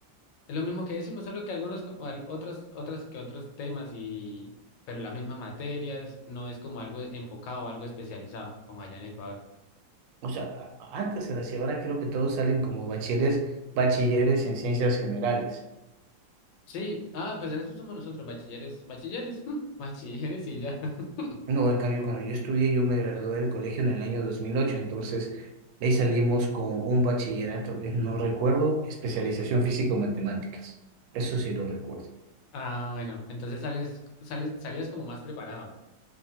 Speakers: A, on the left; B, on the right.
A: es lo mismo que décimo, solo que algunos co- o al- otros otras que otros temas y pero las mismas materias, no es como algo enfocado o algo especializado como allá en Ecuador.
B: O sea, a- antes era así, ahora creo que todos salen como bachilleres, bachilleres en ciencias generales.
A: Sí, ah, pues eso somos nosotros, bachilleres, bachilleres, <laughs> bachilleres y ya. <laughs>
B: No, en cambio, cuando yo estudié, yo me gradué del colegio en el año 2008, entonces de ahí salimos con un bachillerato, eh, no recuerdo, especialización físico-matemáticas. Eso sí lo recuerdo.
A: Ah, bueno, entonces sales, sales, salías como más preparado.